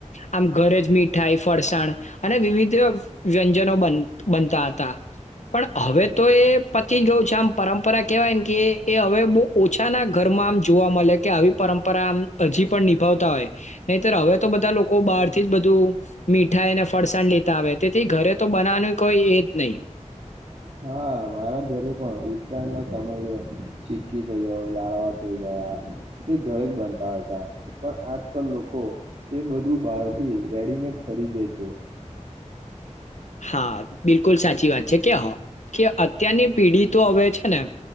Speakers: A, on the left; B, on the right.
A: આમ ઘરે જ મીઠાઈ ફરસાણ અને વિવિધ વ્યંજનો બનતા હતા પણ હવે તો એ પતી ગયયો <inaudible> પરંપરા કેહેવાય ને કે એ હવે બહુ ઓછાના ઘરમાં આમ જોવા મળે કે આવી પરંપરા આમ હજી પણ નિભાવતા હોય નહીત હવે તો બધા લોકો બહાર થી જ બધું મીઠાઈને ફરસાણ લેતા આવે તેથી ઘરે તો બનાવવાનું કોઈ એ જ નહીિ
B: હા મારા ઘરે પણ ઉત્રાણના સમયે સિક્કી થઈ ગયો લાડવા થઈ ગયા તે ઘરે જ બનતા હતા પણ આજકાલ લોકો એ બધું બહારથી રેડીમેડ ખરીદે છે
A: હા બિલકુલ સાચી વાત છે કે હ કે અત્યારની પેઢી તો હવે છે ને